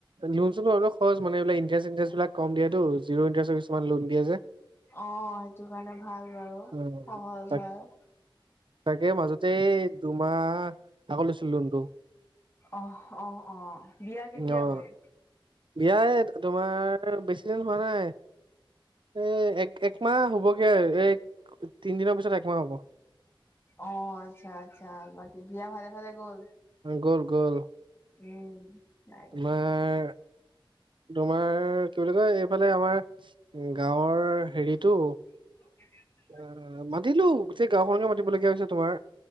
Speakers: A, on the right; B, on the left.
A: লোন-চোন অলপ সহজ মানে এইবিলাক ইণ্টাৰেষ্ট চিণ্টাৰেষ্টবিলাক কম দিয়েটো। জিৰ' ইণ্টাৰেষ্টৰ কিছুমান লোন দিয়ে যে।
B: অ সেইটো কাৰণে ভাল বাৰু,
A: অ'
B: সহজ
A: তাক
B: হয়।
A: তাকে মাজতে দুমাহ আকৌ লৈছিলো লোনটো।
B: অহ, অ, অ। বিয়া কেতিয়া
A: অ
B: গ'ল?
A: বিয়া এ তোমাৰ বেছি দিন হোৱা নাই। এ এক একমাহ হ'বগে। এ তিনদিনৰ পিছত একমাহ হ'ব।
B: অ আচ্ছা, আচ্ছা। বাকী বিয়া ভালে ভালে গ'ল?
A: গ'ল, গ'ল।
B: উম। নাই
A: তোমাৰ তোমাৰ কি বুলি কয় এইফালে আমাৰ গাঁৱৰ হেৰিটো
B: <unintelligible>
A: অ মাতিলো গোটেই গাঁওখনকে মাতিবলগীয়া হৈছে তোমাৰ।